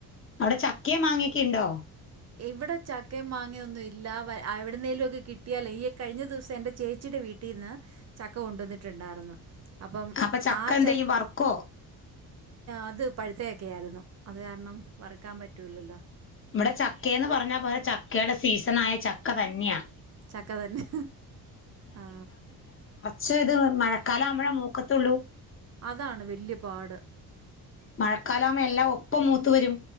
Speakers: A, on the left; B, on the right.
A: അവിടെ ചക്കയ മാങ്ങയൊക്കെ ഉണ്ടോ
B: എവിടെ ചക്കയും മാങ്ങെന്നും ഇല്ല എവിടുന്നേലും ഒക്കെ കിട്ടിയാല ഈ കഴിഞ്ഞ ദിവസം എൻറെ ചേച്ചിയുടെ വീട്ടിൽന്ന് ചക്ക കൊണ്ടുവന്നിട്ടുണ്ടായിരുന്നു അപ്പം
A: അപ്പൊ ചക്ക
B: ആ
A: എന്ത്
B: ച
A: ചെയ്യും വറുക്കോ
B: അത് പഴുത്തേ ഒക്കെയായിരുന്നു അത് കാരണം വറക്കാൻ പറ്റൂല്ലല്ലോ
A: ഇവിടെ ചക്കയന്ന് പറഞ്ഞ പോലെ ചക്കയുടെ സീസണായ ചക്ക തന്നെയാ
B: ചക്കതന്നെ ആ
A: ചേ ഇത് മഴക്കാലം ആവുമ്പഴ മൂക്കത്തുള്ളൂ
B: അതാണ് വല്യപാട്
A: മഴക്കാല ആമ്പ എല്ലാം ഒപ്പം മൂത്ത വരും